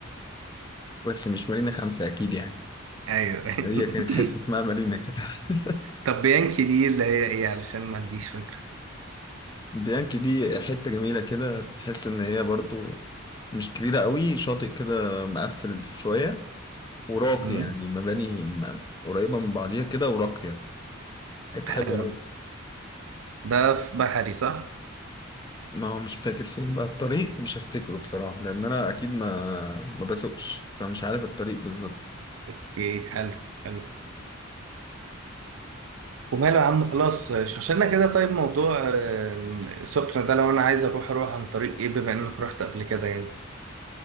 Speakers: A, on the left; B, on the right.
A: بس مش مارينا خمسة أكيد يعني
B: ايوه <laughs>
A: هي كانت حتة اسمها مارينا كده <laughs>
B: طب بيانكي دي اللي هي ايه علشان ما عنديش فكرة
A: بيانكي دي حتة جميلة كده تحس إن هي برضو مش كبيرة قوي شاطئ كده مقفل شوية وراقي
B: امم
A: يعني مباني م- قريبة من بعضيها كده وراقية حتة
B: حلو
A: حلوة قوي
B: ده في بحري صح
A: ما هو مش فاكر فين بقى الطريق مش هفتكره بصراحة لأن أنا أكيد ما ما بسوقش فمش عارف الطريق بالظبط
B: اوكي حلو حلو وماله يا عم خلاص شوشنا كده طيب موضوع آم، سخنة ده لو انا عايز اروح اروح عن طريق ايه بما انك رحت قبل كده يعني